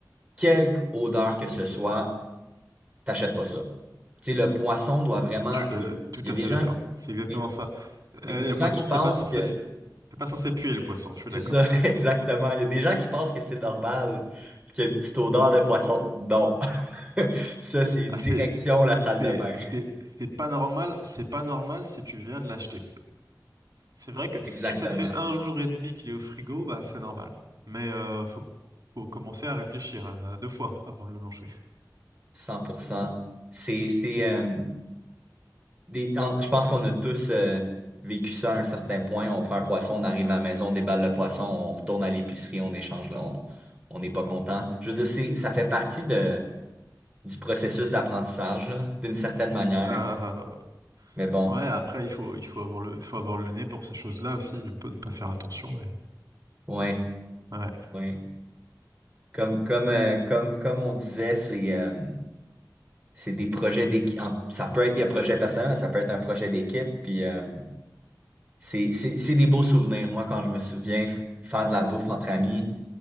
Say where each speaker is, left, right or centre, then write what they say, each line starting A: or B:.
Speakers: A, on the right; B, on the right.
A: quelque odeur que ce soit, t'achètes pas ça. Tu sais, le poisson doit vraiment.
B: Je suis d'a-
A: Il
B: tout
A: y
B: à
A: a des
B: fait
A: gens
B: d'accord.
A: qui,
B: C'est exactement
A: des,
B: ça.
A: des-
B: Euh,
A: des
B: le
A: gens
B: poisson,
A: qui pensent
B: c'est pas censé,
A: que.
B: c'est pas censé puer le poisson. Je suis
A: C'est
B: d'accord.
A: ça, <laughs> exactement. Il y a des gens qui pensent que c'est normal, qu'il y a une petite odeur de poisson. Non. <laughs> Ça, c'est
B: Ah,
A: direction
B: c'est,
A: la salle
B: c'est,
A: de bain.
B: c'est, c'est pas normal, c'est pas normal si tu viens de l'acheter. C'est vrai que
A: Exactement.
B: si ça fait un jour et demi qu'il est au frigo, bah c'est normal. Mais euh, faut, faut commencer à réfléchir hein, à deux fois avant de le manger.
A: cent pour cent. C'est, c'est, euh, des, en- je pense qu'on a tous euh, vécu ça à un certain point. On prend un poisson, on arrive à la maison, on déballe le poisson, on retourne à l'épicerie, on échange, là, on, on n'est pas content. Je veux dire, c'est, ça fait partie de, du processus d'apprentissage, là, d'une certaine manière.
B: Ah, ah, ah.
A: Mais bon,
B: Ouais, après, il faut, il faut avoir le, faut avoir le nez pour ces choses-là aussi. Il peut ne pas faire attention. et-
A: ouais,
B: Ouais.
A: ouais. Comme, comme, euh, comme, comme on disait, c'est euh, c'est des projets d'équipe. Ça peut être des projets personnels, mais ça peut être un projet d'équipe. Puis euh, c'est c'est- c'est des beaux souvenirs. Moi, quand je me souviens f- faire de la bouffe entre amis